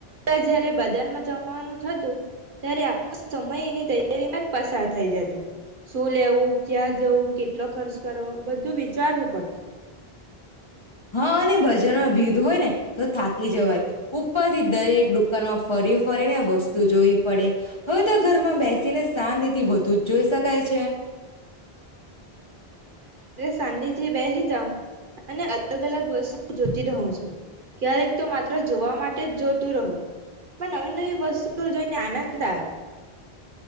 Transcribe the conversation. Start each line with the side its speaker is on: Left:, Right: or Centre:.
Right: જયારે બજારમાં જવાનું થતું ત્યારે આખો સમય એની તૈયારીમાં જ પસાર થઈ જતો શું લેવું ક્યાં જવું કેટલો ખર્ચ કરવો બધું વિચારવું પડતું.
Left: હા અને બજારમાં ભી. હોય ને તો થાકી જવાય. ઉપરથી
Right: ઉપાધિ
Left: દરેક
Right: કરે
Left: દુકાનમાં ફરી ફરીને વસ્તુ જોઈ. પડે. હવે તો ઘરમાં બેસીને શાંતિથી બધું જ જોઈ શકાય છે.
Right: સાાંદ થી બેસી જાાવ અને અલગ અલગ વસ્તુ જોતી રહું છું. ક્યારેક તો મા મિત્ર જોવા માટે જોતું રહો, પણ નવી નવી વસ્તુઓ જોઈને આનંદ આનંદ આવે.